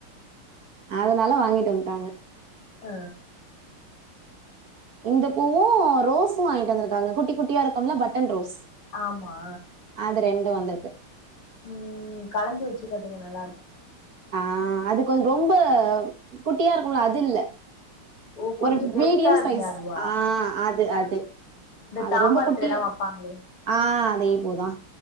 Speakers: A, on the right; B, on the left.
A: அதனால வாங்கிட்டு வந்துட்டாங்க
B: அ
A: இந்த பூவு ரோஸு வாங்கிட்டு வந்ருக்காங்க குட்டி குட்டியா இருக்கும்ல பட்டன் ரோஸ்
B: ஆமா
A: அது ரெண்டும் வந்துர்க்கு
B: ம் கலந்து வச்சுக்கட்டுங்க நல்லாருக்கு
A: ஆ அது கொஞ் ரொம்ப குட்டியா இருக்கும்ல அது இல்ல
B: ஓ கொஞ்சோ
A: ஒரு
B: பெருசா
A: மீடியம்
B: இருக்குமே
A: சைஸ்
B: அதுவா
A: ஆ அது அது
B: இந்த
A: அது
B: தாம்பாளத்துல
A: ரொம்ப குட்டியா
B: எல்லா வப்பாங்களே
A: ஆ அதே பூதா